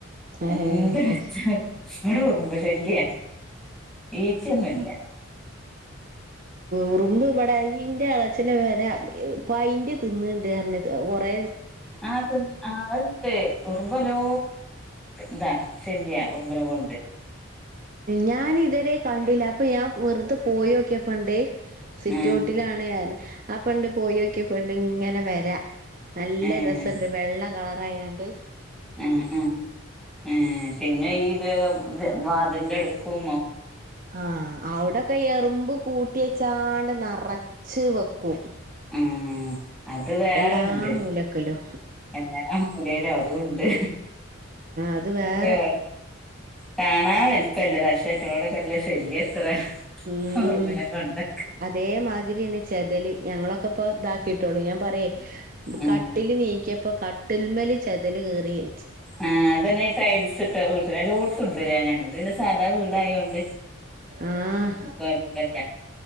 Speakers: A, on the right; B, in the centre.
A: ഏഹ്
B: എന്ത് വെച്ചാലും ഇവിടെ ഉറുമ്പ് ശല്യ ഈച്ചയൊന്നുല്ല
A: ഉറുമ്പ് ഇവിടെ ഇന്റെ അച്ഛന് വരെ പൈന്റ് തിന്നണ്ട് കാര കൊറെ
B: ആഹ ആ് അത്ണ്ട് ഉറുമ്പല്ലോ ഇതാ ശല്യ ഉറുമ്പിനെ കൊണ്ട്
A: ഞാൻ ഇതുവരെ കണ്ടില്ല അപ്പൊ ഞാൻ വെറുതെ പോയിക്കിയപ്പണ്ടേ സിറ്റോട്ടിലാണ്
B: ഉം
A: ഞാൻ ആ പെണ്ട് പോയിക്കിയ പെണ്ട് ഇങ്ങനെ വരാ നല്ല
B: ഉം
A: രസുണ്ട് വെള്ള കളർ പറയാണ്ട്
B: ഉം ഉം ഉ പിന്നെ ഈ ഇത് വാതിലിന്റെ എടക്കും
A: ആഹ അവിടൊക്കെ എറുമ്പ് കൂട്ടിയച്ചാണ്ട് നിറച്ച് വെക്കും
B: ഉം അത് വേറെണ്ട്
A: എല്ലാ മൂലക്കിലോ
B: എല്ലാ മൂലയിലും അതും ഉണ്ട്
A: അത് വേറെ
B: രാ കാണാൻ വലുപ്പംമല്ല പക്ഷേട്ടുള്ളോടൊക്കെല്ല ശല്യം എത്ര
A: ഉം
B: ഉറുമ്പിനെ കൊണ്ട്
A: അതേമാതിരിന്നെ ചെതല് ഞങ്ങളൊക്കെ ഇപ്പ ഇതാക്കിട്ടളു ഞാൻ പറ്യേയ്
B: ഉം
A: കട്ടില് നീക്കിയപ്പോ കട്ടിൽമല് ചെതല് കേറിയ്ച്ച്
B: ആഹ് അതന്നെ ഈ ടൈൽസ്ട്ട വീട്ടില് എല്ലോട്ത്തുണ്ട്ലേ ഞങ്ങളത് പിന്നെ സാദാ വീടായോണ്ട്
A: ആഹ്
B: കൊയപ്പല്ല.